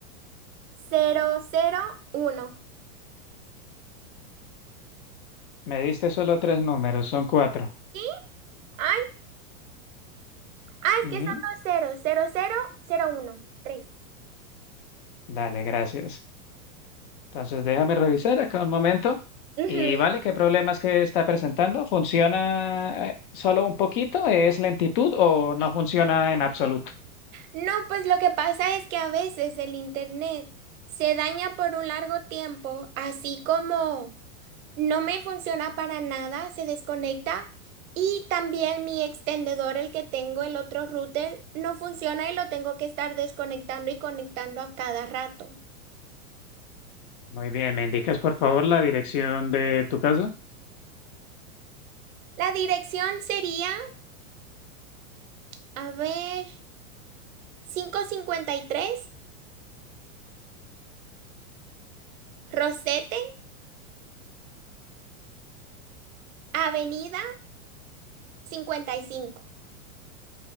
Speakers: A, on the right; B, on the left.
A: cero cero uno
B: Me diste solo tres números, son cuatro.
A: ¿Sí? Ay, ah, es
B: Ujú.
A: que son dos ceros, cero cero cero uno tres
B: Dale, gracias. Entonces, déjame revisar acá un momento.
A: Ujú.
B: Y vale, ¿qué problemas que está presentando? ¿Funciona eh, solo un poquito? ¿Es lentitud o no funciona en absoluto?
A: No, pues lo que pasa es que a veces el internet se daña por un largo tiempo, así como No me funciona para nada, se desconecta. Y también mi extendedor, el que tengo, el otro router, no funciona y lo tengo que estar desconectando y conectando a cada rato.
B: Muy bien, ¿me indicas por favor la dirección de tu casa?
A: La dirección sería, a ver, 553 Rosete, Avenida 55.